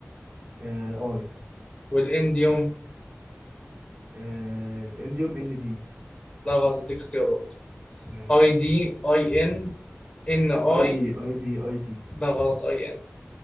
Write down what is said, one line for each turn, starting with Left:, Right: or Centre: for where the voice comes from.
Right: آه اي
Left: والانديوم
Right: آه الانديوم ان دي
Left: لا غلط هديك اختيارات
Right: ماشي
Left: اي دي اي ان ان اي
Right: اي دي اي دي اي دي
Left: لا غلط اي ان